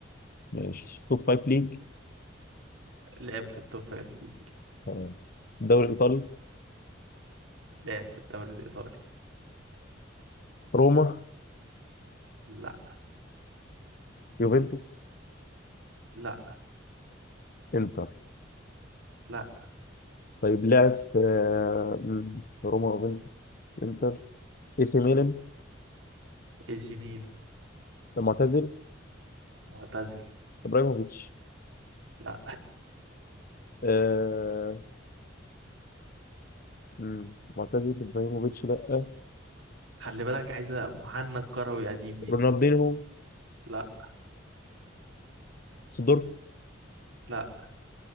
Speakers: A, on the left; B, on the right.
A: ماشي توب فايف ليج
B: لعب في التوب فايف ليج
A: تمام الدوري الايطالي
B: لعب في الدوري الإيطالي
A: روما
B: لا
A: يوفنتوس
B: لا
A: انتر
B: لا
A: طيب لاعب في آه، م، في روما يوفنتوس انتر اي سي ميلان
B: اي سي ميلان
A: معتزل
B: معتزل
A: ابراهيموفيتش
B: لا
A: آه... مم. معتزل ابراهيموفيتش لا
B: خلي بالك عايزة محنك كروي قديم دي
A: رونالدينو
B: لا
A: سيدورف
B: لا